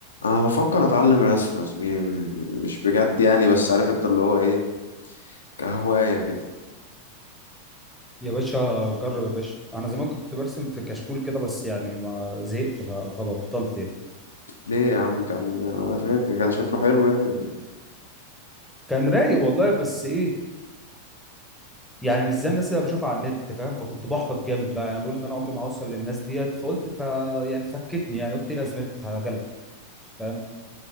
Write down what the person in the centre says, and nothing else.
يا باشا جرب يا باشا انا زمان كنت برسم في كشكول كده بس يعني ما زهقت ف- فبطلت يعني.
كان رايق والله بس ايه يعني مش زي الناس اللي بشوفها على النت فاهم فكنت بحبط جامد بقى يعني بقول ان انا عمري ما هوصل للناس ديت فقلت ف يعني فكتني يعني قلت إيه لازمتها جلا فاهم